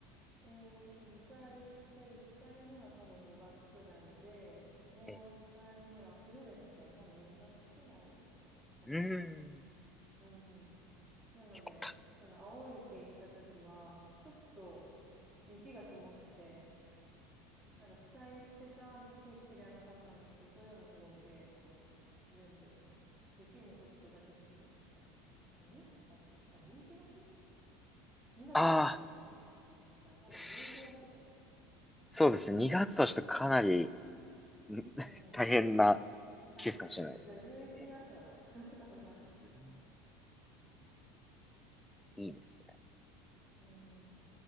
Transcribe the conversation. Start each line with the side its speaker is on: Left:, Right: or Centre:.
Right: えっと、2回行って、1回目は多分5月くらいで、もう1回目は冬でしたね。
Centre: ええ、
Right: 多分2月くらいかな
Centre: うーん。
Right: うんうん。なので、
Centre: 結構た
Right: その青い池行った時は、ちょっと雪が積もってて、なんか期待してた景色ではなかったんですけど、それでもすごい綺麗なとこでしたね。全部。雪もちょっとだけ降ってましたね。なんか2月だっけあ、11月2月だったらめっちゃ積もってるはずだから多分11月とかですね。
Centre: ああ、すそうですね。2月としてかなりん
Right: うんうん。
Centre: <laughs> 大変な
Right: 大変ですよね。
Centre: 季節かもしれないですね。
Right: じゃあ11月だな。
Centre: ええ、
Right: <laughs> 多分、はい。
Centre: うんいいですね。
Right: うんうん。